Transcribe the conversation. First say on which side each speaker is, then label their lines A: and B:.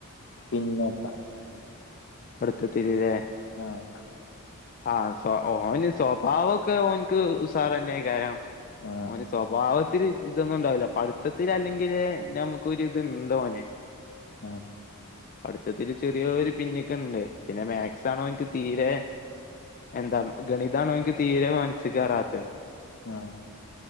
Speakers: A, on the left; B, on the left.
A: പിന്നോക്കാ.
B: അടുത്ത തിരിരേ
A: ആഹ്
B: ആ സ്വ ഓന് സ്വഭാവൊക്കെ ഓനിക്ക് സാറന്നെയി കരാം.
A: ആഹ്
B: ഓന് സ്വഭാവ ഒത്തിരി ഇതൊന്നും ഉണ്ടാവില്ല പഠിത്തത്തിലല്ലെങ്കില് നമുക്കൊരു ഇത് ഇണ്ടോനെ.
A: ആ
B: പഠിത്തത്തില് ചെറിയോര് പിന്നിക്കുണ്ട് പിന്നെ മാത്സാണോനിക്ക് തീരെ എന്താ ഗണിതാണോനിക്ക് തീരെ മനസ്സിക്കേറാത്തെ.
A: ആ